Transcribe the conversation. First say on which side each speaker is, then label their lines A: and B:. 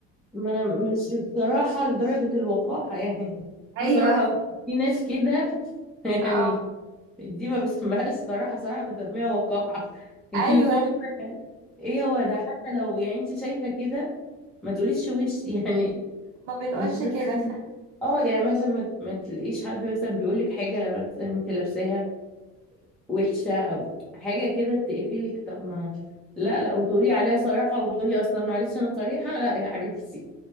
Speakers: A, in the centre; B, on the right.
A: ما انا مش بصراحة لدرجة الوقاحة يعني
B: ايوه
A: في صراحة في ناس كده <laughs> يعني
B: اه
A: دي ما بسميهاش صراحة صراحة بسميها وقاحة <laughs>
B: ايوه
A: اللي هم يعني ايه هو ده حتى لو يعني انت شايفة كده ما تقوليش وش <laughs> يعني
B: ما بنقولش
A: مش مثلا
B: كده ف
A: اه يعني مثلا ما, ما تلاقيش حد مثلا بيقول لك حاجة مثلا انت لابساها وحشة او حاجة كده تقفلك طب ما لا لا وتقولي عليها صراحة وتقولي اصلا معلش انا صريحة لا يا حبيبتي